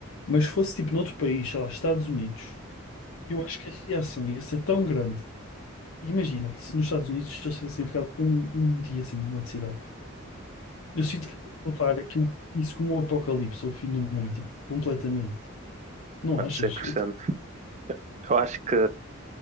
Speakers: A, on the left; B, on the right.
A: mas se fosse tipo noutro país, sei lá, Estados Unidos, eu acho que a reação ia ser tão grande. Imagina, se nos Estados Unidos se eu tivesse ficado um, um dia assim numa cidade. Eu sinto que vou levar aquilo, isso como um apocalipse ou o fim do mundo, tipo, completamente. Não
B: mano,
A: achas?
B: 100%.
A: Eu, tipo,
B: Eu acho que,